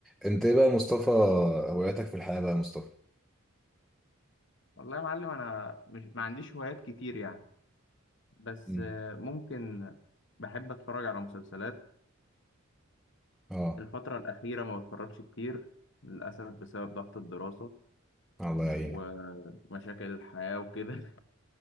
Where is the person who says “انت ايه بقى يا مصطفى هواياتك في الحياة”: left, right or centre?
Centre